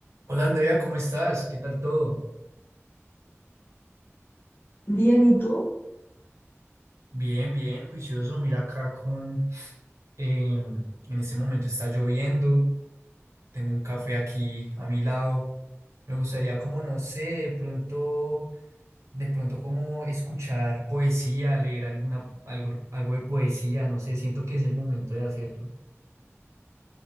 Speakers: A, on the right; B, on the left.
A: Hola Andrea, ¿cómo estás? ¿Qué tal todo?
B: Bien, ¿y tú?
A: Bien, bien, juicioso. Mira acá con... em, en este momento está lloviendo, tengo un café aquí a mi lado. Me gustaría como, no sé, de pronto, de pronto como escuchar poesía, leer alguna, algo, algo de poesía, no sé, siento que es el momento de hacerlo.